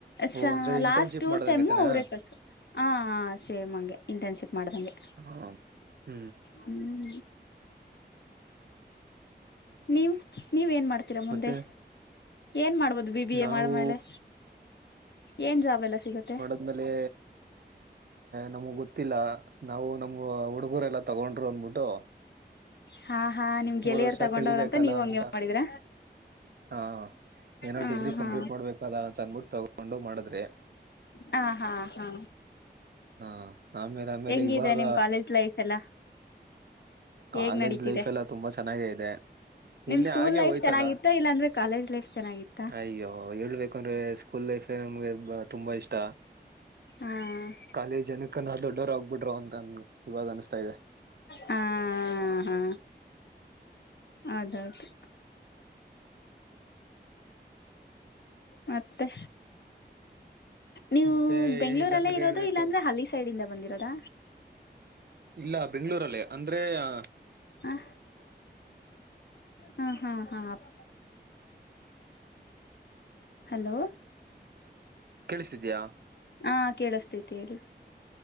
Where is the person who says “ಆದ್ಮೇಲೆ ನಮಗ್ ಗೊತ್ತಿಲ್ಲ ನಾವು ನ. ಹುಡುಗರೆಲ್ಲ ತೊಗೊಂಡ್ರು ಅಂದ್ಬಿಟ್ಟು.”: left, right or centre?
Right